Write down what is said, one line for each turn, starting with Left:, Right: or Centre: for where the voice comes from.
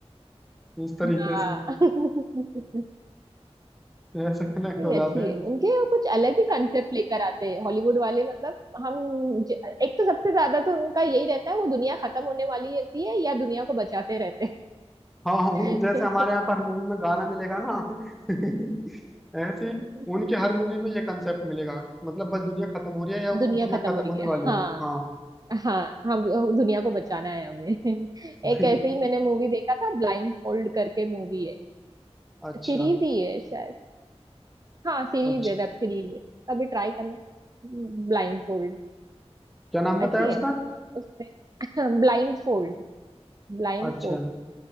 Centre: <laughs> इस तरीके
Right: हाँ
Centre: से
Right: <laughs>
Centre: <laughs> ऐसे कनेक्ट
Right: नहीं
Centre: हो
Right: अच्छी
Centre: जाते हैं
Right: है उनके वो कुछ अलग ही कंसेप्ट लेकर आते हैं हॉलीवुड वाले मतलब हम ज- एक तो सबसे ज्यादा तो उनका यही रहता है वो दुनिया खत्म होने वाली रहती है या दुनिया को बचाते रहते
Centre: हाँ उन
Right: हैं
Centre: जैसे हमारे यहाँ पर हर मूवी में गाना मिलेगा ना <laughs> ऐसे ही
Right: <laughs>
Centre: उनके हर मूवी में ये कंसेप्ट मिलेगा मतलब बस दुनिया खत्म हो रही है या वो-
Right: दुनिया
Centre: दुनिया
Right: खत्म
Centre: खत्म
Right: हो रही
Centre: होने
Right: है
Centre: वाली
Right: हाँ
Centre: है हाँ
Right: हाँ हम दुनिया को बचाना है हमें <laughs>
Centre: <laughs>
Right: एक ऐसे ही मैंने मूवी देखा था ब्लाइंड फोल्ड करके मूवी है
Centre: अच्छा
Right: सीरीज ही है शायद हाँ सीरीज
Centre: अच्छा
Right: है वेब सीरीज है कभी ट्राई करना ब्लाइंड फोल्ड
Centre: क्या नाम बताया
Right: अच्छी है
Centre: उसका
Right: उसमें <laughs> ब्लाइंड फोल्ड ब्लाइंड
Centre: अच्छा
Right: <laughs>